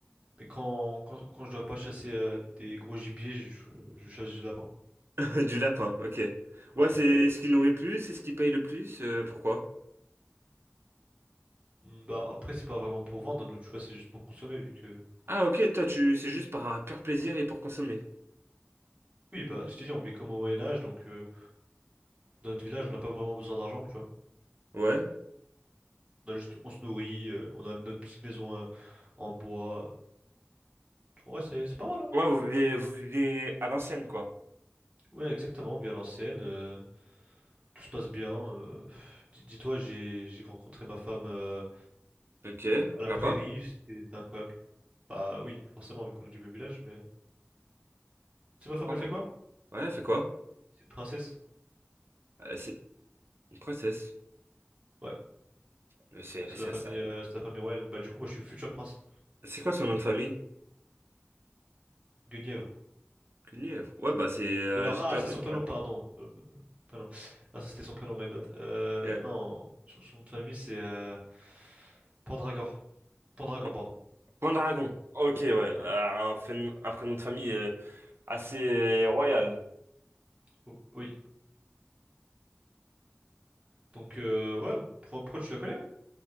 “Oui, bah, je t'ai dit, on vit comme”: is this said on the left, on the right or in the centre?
Right